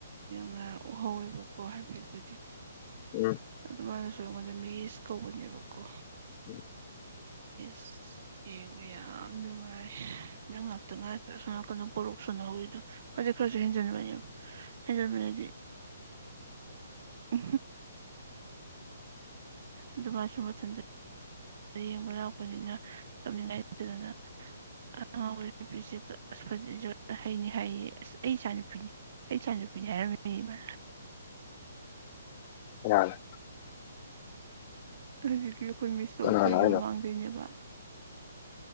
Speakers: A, on the right (about 50°); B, on the left (about 35°).
A: ꯉꯥꯏ ꯎꯍꯧꯋꯦꯕꯀꯣ ꯍꯥꯏꯕꯕꯨꯗꯤ
B: ꯎꯝ
A: ꯑꯗꯨꯃꯥꯏꯅꯁꯨ ꯑꯩꯉꯣꯟꯗ ꯃꯤꯁ ꯇꯧꯕꯅꯦꯕꯀꯣ
B: ꯎꯝ
A: ꯁ ꯌꯦꯡꯕꯨ ꯌꯥꯝ ꯅꯨꯡꯉꯥꯏ ꯅꯉ ꯉꯥꯏꯈ꯭ꯔ ꯁꯣꯅꯥꯀꯟꯗ ꯄꯣꯔꯣꯛ ꯁꯨꯅꯍꯧꯔꯤꯗꯣ ꯑꯗꯨ ꯈꯔꯁꯨ ꯍꯦꯟꯖꯤꯟꯕꯅꯦꯕ ꯍꯦꯟꯖꯤꯟꯕꯅꯗꯤ ꯎ ꯑꯗꯨꯃ ꯁꯃ ꯊꯟꯗ ꯌꯦꯡꯕ ꯂꯥꯛꯄꯅꯤꯅ ꯆꯞꯅꯤꯡꯉꯥꯏꯇꯗꯅ ꯑꯉꯥꯡ ꯑꯣꯏ ꯅꯨꯁꯤꯒꯥ ꯑꯄ ꯍꯩꯅꯤ ꯍꯥꯏꯌꯦ ꯑꯁ ꯑꯩ ꯏꯆꯥꯅꯨꯄꯤꯅꯤ ꯑꯩ ꯏꯆꯥꯅꯨꯄꯤꯅꯤ ꯍꯥꯏꯔꯝꯃꯤ ꯃꯤ ꯏꯃ꯫
B: ꯀꯥꯅꯅ
A: ꯑ ꯍꯧꯖꯤꯛꯀꯤ ꯑꯩꯈꯣꯏ ꯃꯤꯁꯇꯣ
B: ꯀꯅꯥꯅ
A: ꯑꯩꯈꯣꯏꯒꯤ
B: ꯍꯥꯏꯅꯣ
A: ꯃꯃꯥꯡꯗꯩꯅꯦꯕ꯫